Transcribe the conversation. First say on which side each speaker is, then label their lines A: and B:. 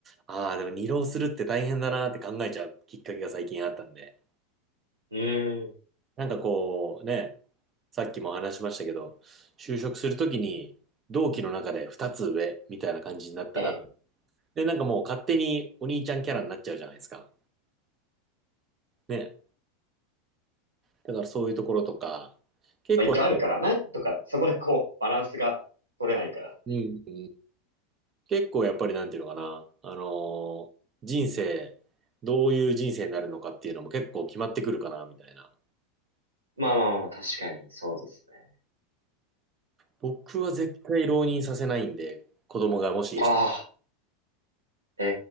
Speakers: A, on the right; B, on the right.
A: ああ、でも二浪するって大変だなって考えちゃうきっかけが最近あったんで、
B: うーん。
A: なんかこう、ね、さっきも話しましたけど、就職するときに同期の中で二つ上みたいな感じになったら、
B: ええ。
A: で、なんかもう勝手にお兄ちゃんキャラになっちゃうじゃないですか。ね。だからそういうところとか、結構
B: まあ、一応あるから、なんとか、そこでこう、バランスが取れないからっていう。
A: うん、うん結構やっぱりなんていうのかな、あのー人生、どういう人生になるのかっていうのも結構決まってくるかな、みたいな。
B: まあまあまあまあ、確かに、そうですね。
A: 僕は絶対浪人させないんで、子供がもし生きたら
B: ああ、え